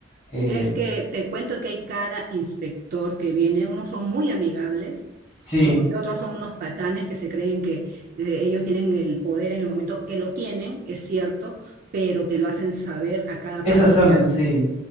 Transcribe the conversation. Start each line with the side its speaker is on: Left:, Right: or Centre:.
Left: eh,
Right: es que te cuento que hay cada inspector que viene, unos son muy amigables,
Left: sí,
Right: como que otros son unos patanes que se creen que eh, ellos tienen el poder en el momento que lo tienen, es cierto, pero te lo hacen saber a cada
Left: esas
Right: paso
Left: son
Right: que
Left: las,
Right: andan.
Left: sí,